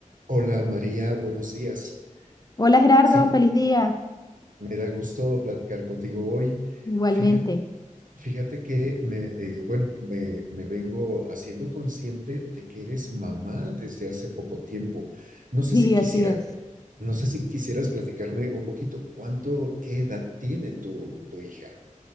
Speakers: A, on the right; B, on the left.
A: Hola María, buenos días.
B: Hola Gerardo,
A: Sí,
B: feliz día.
A: me da gusto platicar contigo hoy.
B: Igualmente.
A: Fíjate, fíjate que me, eh, bueno, me, me vengo haciendo consciente de que eres mamá desde hace poco tiempo.
B: <laughs>
A: No sé
B: Y
A: si quisiera,
B: así es.
A: no sé si quisieras platicarme un poquito cuánto, qué edad tiene tu, tu hija